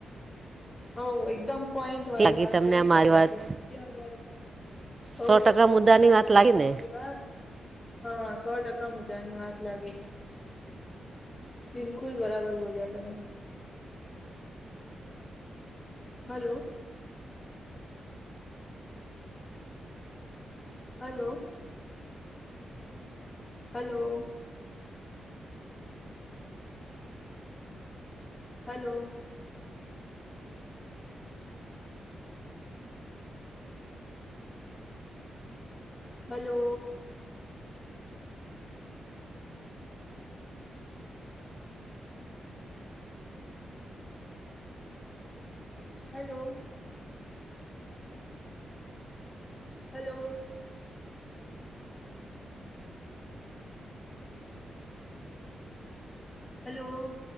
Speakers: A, on the left; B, on the right.
A: હ એકદમ પોઈન્ટ વાળી
B: લાગી
A: વાત
B: તમને
A: કરી
B: આ મારી
A: તમે
B: વાત
A: કે મધ્યમ વર્ગ બઉ
B: સો
A: જ
B: ટકા
A: સરસ
B: મુદ્દાની
A: લાગી
B: વાત
A: મને આ તમારી
B: ને
A: વાત હા સો ટકા મુદ્દાની વાત લાગી બિલકુલ બરાબર બોલ્યા તમે hello hello hello hello hello hello hello હલોલો